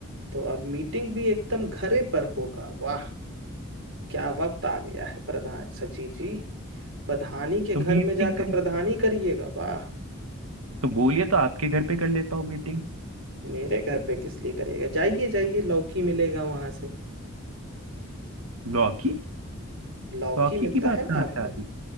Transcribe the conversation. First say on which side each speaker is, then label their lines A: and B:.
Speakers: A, on the right; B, on the right.
A: तो अब मीटिंग भी एकदम घरे पर होगा वाह क्या वक्त आ गया है प्रधान सचिव जी प्रधानी के
B: तो
A: घर
B: मीटिंग
A: में जाकर
B: कहीं
A: प्रधानी करिएगा वाह
B: तो बोलिए तो आपके घर पे कर लेता हूँ मीटिंग
A: मेरे घर पे किस लिए करिएगा जाइए जाइए लौकी मिलेगा वहां से
B: लौकी
A: लौकी
B: लौकी
A: मिलता
B: की बात
A: है ना
B: कहाँ
A: आपको
B: से आ रही है?